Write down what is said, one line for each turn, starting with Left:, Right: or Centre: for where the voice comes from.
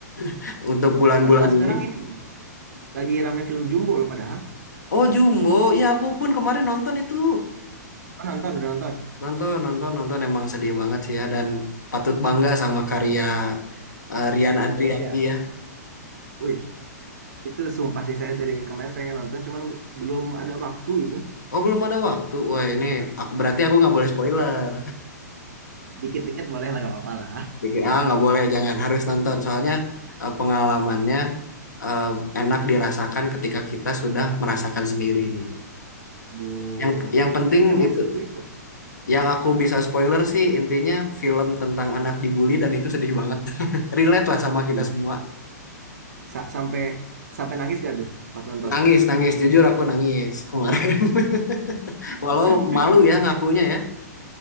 Left: <laughs> untuk bulan-bulan
Right: Padahal sekarang
Left: ini.
Right: ini loh, lagi rame film Jumbo loh padahal.
Left: Oh Jumbo, ya aku pun kemarin nonton itu.
Right: Oh, nonton udah nonton.
Left: Nonton, nonton, nonton emang sedih banget sih ya dan patut bangga sama karya eh, Rian
Right: Anak
Left: Adriani
Right: Indonesia.
Left: ya.
Right: Wih, itu sumpah sih saya dari kemarin pengen nonton, cuman nggak- belum ada waktu ini.
Left: Oh belum ada waktu. Wah ini aku berarti aku nggak boleh spoiler.
Right: Dikit-dikit boleh lah, gak apa-apa lah.
Left: Bikin- Ah, nggak boleh, jangan harus nonton. Soalnya eh, pengalamannya eh, enak dirasakan ketika kita sudah merasakan sendiri.
Right: Aduh,
Left: Yang yang penting
Right: tapi emang
Left: itu,
Right: seseru itu.
Left: yang aku bisa spoiler sih intinya film tentang anak dibully dan itu sedih banget. <laughs> Relate lah sama kita
Right: Aduh,
Left: semua.
Right: Sa- sampai sampai nangis gak tuh pas nonton?
Left: Nangis, nangis. Jujur aku nangis kemarin. <laughs> Walau
Right: <laughs>
Left: malu ya ngakunya ya.